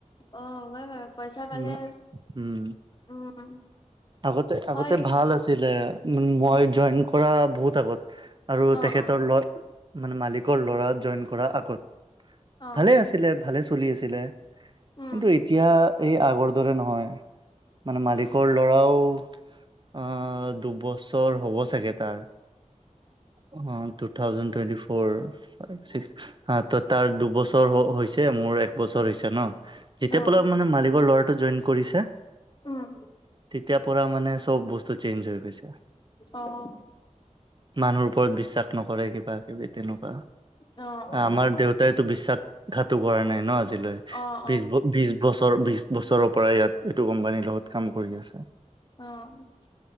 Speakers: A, on the left; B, on the right.
A: অ' হয় হয় পইচা পালে
B: মানে উম,
A: উম।
B: আগতে আগতে
A: হয়
B: ভাল আছিলে। ওম মই জইন কৰা বহুত আগত আৰু
A: অ',
B: তেখেতৰ
A: অ',
B: লগত মানে মালিকৰ ল'ৰা জইন কৰাৰ আগত
A: অ',
B: ভালে আছিলে ভালে চলি আছিলে।
A: উম,
B: কিন্তু এতিয়া এই আগৰ দৰে নহয়। মানে
A: অ',
B: মালিকৰ ল'ৰাও আহ, দুবছৰ হ'ব চাগে তাৰ। অ, টু থাউজেণ টুৱেণ্টি ফ'ৰ অ, ত তাৰ দুবছৰ হৈছে মোৰ এক বছৰ হৈছে ন। যেতিয়া
A: অ',
B: পলা মানে মালিকৰ ল'ৰাটো জইন কৰিছে।
A: উম,
B: তেতিয়াৰ পৰা মানে চব বস্তু চেঞ্জ হৈ গৈছে।
A: অহ,
B: মানুহৰ ওপৰত বিশ্বাস নকৰে কিবা কিবি তেনেকোৱা,
A: অ', অ',
B: আমাৰ দেউতা তো বিশ্বাসঘাটো কৰা নাই ন ল, আজিলৈ
A: অ',
B: বিশ-বিশ বছৰ, বছৰ, বিশ বছৰৰ পৰা ইয়াত এইটো কোম্পানীৰ লগত কাম কৰি আছে।
A: অ', সেইটোৱে অ',